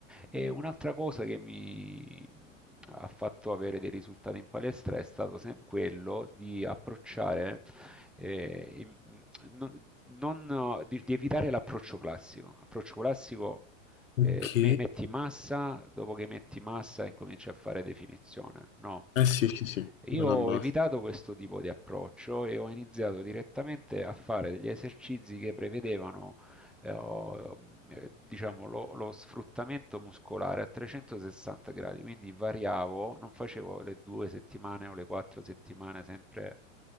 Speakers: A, in the centre; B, on the left.
A: E un'altra cosa che mi ha fatto avere dei risultati in palestra è stato sempre quello di approcciare, eh, in- non, non- di, di evitare l'approccio classico. L'approccio classico
B: Ok.
A: eh, me- metti massa, dopo che metti massa incominci a fare definizione. No,
B: Eh sì, sì, sì, quella
A: io
B: è
A: ho
B: la base.
A: evitato questo tipo di approccio e ho iniziato direttamente a fare degli esercizi che prevedevano eh, o, eh, diciamo, lo, lo sfruttamento muscolare a 360 gradi, quindi variavo, non facevo le due settimane o le quattro settimane sempre